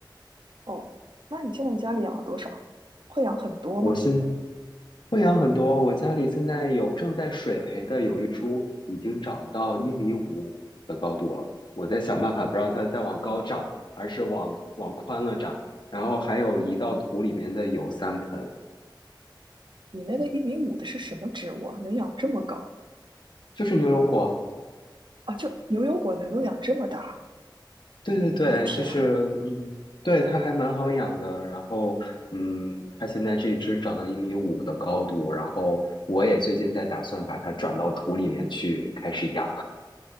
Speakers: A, on the right; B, on the left.
A: 哦，那你现在家里养了多少？会养很多吗？
B: 我是会养很多，我家里现在有正在水培的有一株已经长到一米五的高度了，我在想办法不让它再往高长，而是往往宽了长。然后还有移到土里面的有三盆，
A: 你那个一米五的是什么植物啊？能养这么高
B: 就是牛油果。
A: 啊？就牛油果能够养这么大，
B: 对对对，
A: 我的天！
B: 就是嗯，对，它还蛮好养的。然后嗯，它现在这只长到一米五的高度，然后我也最近在打算把它转到土里面去开始养。